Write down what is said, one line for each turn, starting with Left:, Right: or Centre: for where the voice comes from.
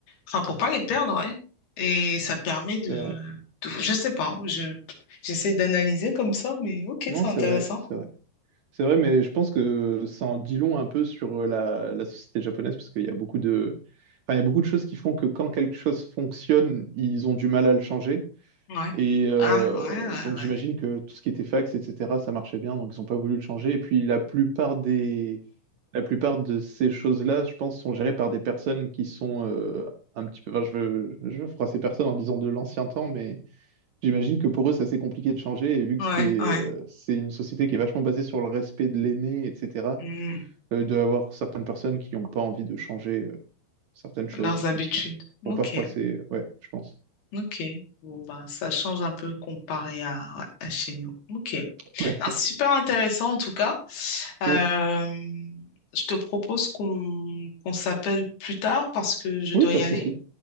Left: enfin, pour pas les perdre, ouais. Et ça permet de,
Right: c'est vrai.
Left: de- je sais pas, hein, je, j'essaie d'analyser comme ça, mais ok,
Right: Non,
Left: c'est
Right: c'est
Left: intéressant.
Right: vrai, c'est vrai. C'est vrai, mais je pense que ça en dit long un peu sur euh, la, la société japonaise, parce qu'il y a beaucoup de, enfin, il y a beaucoup de choses qui font que quand quelque chose fonctionne, ils ont du mal à le changer.
Left: Ouais.
Right: Et euh,
Left: Ah, ouais, ouais,
Right: donc
Left: ouais.
Right: j'imagine que tout ce qui était fax, etc., ça marchait bien, donc ils n'ont pas voulu le changer. Et puis la plupart des, la plupart de ces choses-là, je pense, sont gérées par des personnes qui sont euh, un petit peu. Enfin, je veux, je veux froisser personne en disant de l'ancien temps, mais j'imagine que pour eux, c'est assez compliqué de changer. Et vu
Left: Ouais,
Right: que c'est
Left: ouais.
Right: euh, c'est une société qui est vachement basée sur le respect de l'aîné, etc.,
Left: Hmm,
Right: euh, il doit y avoir certaines personnes qui n'ont pas envie de changer euh, certaines choses
Left: Leurs
Right: en fonction.
Left: habitudes.
Right: Pour
Left: Ok.
Right: pas froisser, ouais, je pense.
Left: Ok. Bon, bah, ça change un peu comparé à, à chez nous. Ok. Non,
Right: Ouais,
Left: c'est super intéressant en tout cas.
Right: <laughs>
Left: Euh,
Right: oui,
Left: je te propose qu'on qu'on s'appelle plus tard parce que je
Right: oui,
Left: dois
Right: pas
Left: y
Right: de
Left: aller.
Right: souci,